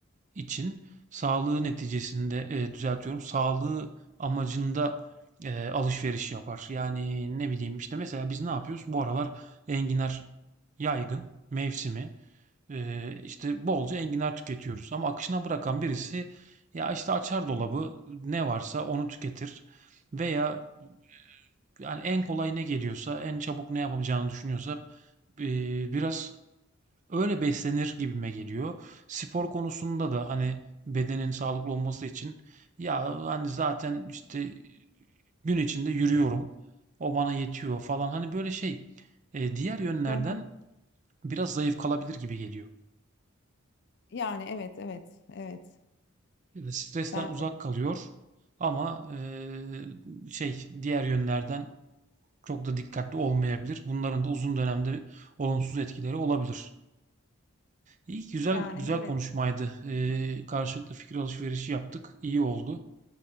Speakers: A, on the right; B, on the left.
A: için sağlığı neticesinde eee, düzeltiyorum. Sağlığı amacında eee, alışveriş yapar. Yani ne bileyim işte mesela biz ne yapıyoruz? Bu aralar enginar yaygın mevsimi. Eee işte bolca enginar tüketiyoruz. Ama akışına bırakan birisi ya işte açar dolabı ne varsa onu tüketir. Veya yani en kolay ne geliyorsa, en çabuk ne yapacağını düşünüyorsa ee, biraz öyle beslenir gibime geliyor. Spor konusunda da hani bedenin sağlıklı olması için ya hani zaten işte gün içinde yürüyorum. O bana yetiyor falan. Hani böyle şey eee, diğer yönlerden
B: Hı hı.
A: biraz zayıf kalabilir gibi geliyor.
B: Yani evet evet evet
A: Evet. Stresten
B: ben
A: uzak
B: de
A: kalıyor ama eee, şey diğer yönlerden çok da dikkatli olmayabilir. Bunların da uzun dönemde olumsuz etkileri olabilir. İyi, güzel
B: yani
A: güzel
B: evet
A: konuşmaydı. Ee, karşılıklı fikir alışverişi yaptık. İyi oldu.